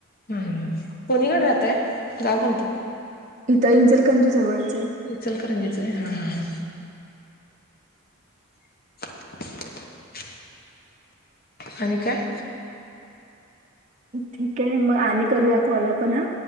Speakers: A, on the left; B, on the right.
A: ह कोणीकडे राहतय? गाव कोणतं?
B: त इंचल कंजीजवळा य.
A: विचलकरं जीच आहे हा हा हा. <unintelligible> <inaudible> आणि काय?
B: ठीक आहे म आणि करूया कॉल आपण हा.